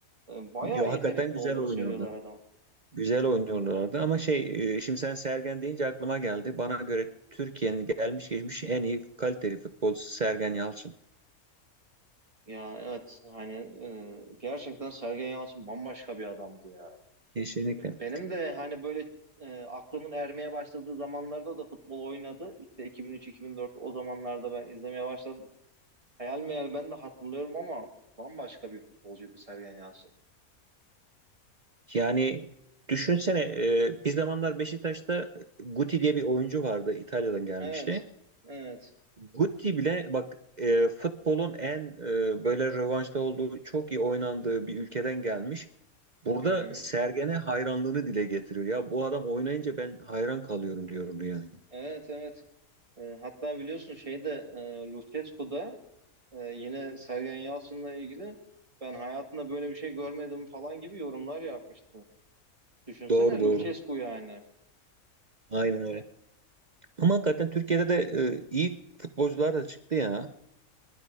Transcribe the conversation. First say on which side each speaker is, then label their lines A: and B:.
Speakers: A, on the right; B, on the right.
A: E, bayağı
B: Ya,
A: yetenekli
B: hakikaten güzel
A: olduğunu
B: oynuyordu.
A: söylüyorlar adam.
B: Güzel oynuyorlardı ama şey e, şimdi sen Sergen deyince aklıma geldi. Bana göre Türkiye'nin gelmiş geçmiş en iyi kaliteli futbolcusu Sergen Yalçın.
A: Ya evet hani e, gerçekten Sergen Yalçın bambaşka bir adamdı ya.
B: Kesinlikle.
A: Benim de hani böyle e, aklımın ermeye başladığı zamanlarda da futbol oynadı. İşte 2003-2004 o zamanlarda ben izlemeye başladım. Hayal meyal ben de hatırlıyorum ama bambaşka bir futbolcuydu Sergen Yalçın.
B: Yani düşünsene e, bir zamanlar Beşiktaş'ta Guti diye bir oyuncu vardı İtalya'dan gelmişti.
A: Evet, evet,
B: Guti bile bak e, futbolun en e, böyle rövanşta olduğu çok iyi oynandığı bir ülkeden gelmiş. Burada
A: hı hı.
B: Sergen'e hayranlığını dile getiriyor. Ya bu adam oynayınca ben hayran kalıyorum diyordu yani.
A: Evet, evet. E, hatta biliyorsun şeyde e, Lucescu'da e, yine Sergen Yalçın'la ilgili ben hayatımda böyle bir şey görmedim falan gibi yorumlar yapmıştı. Düşünsene
B: Doğru doğru.
A: Lucescu yani.
B: Aynen öyle. Ama hakikaten Türkiye'de de e, iyi futbolcular da çıktı ya.